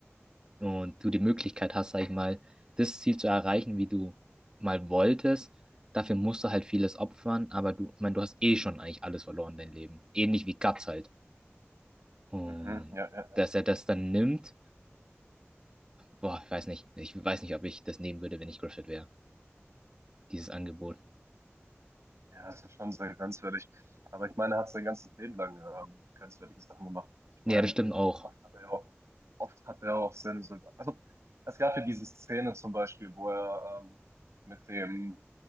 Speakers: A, on the right; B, on the right.
A: und du die Möglichkeit
B: Mhm.
A: hast, sag ich mal, das Ziel zu erreichen, wie du mal wolltest, dafür musst du halt vieles opfern, aber du, ich meine, du hast eh schon eigentlich alles verloren, dein Leben. Ähnlich wie Guts halt. Und
B: Mhm. Ja, ja.
A: dass er das dann nimmt Boah, ich weiß nicht. Ich weiß nicht, ob ich das nehmen würde, wenn ich Griffith wäre. Dieses Angebot.
B: Ja, das ist schon sehr grenzwertig. Aber ich meine, er hat sein ganzes Leben lang ähm, grenzwertige Sachen gemacht. Ich
A: Ja,
B: meine,
A: das stimmt auch.
B: oft hat er ja auch, oft hat er auch seine Soldaten. Also, es gab ja diese Szene zum Beispiel, wo er ähm, mit dem,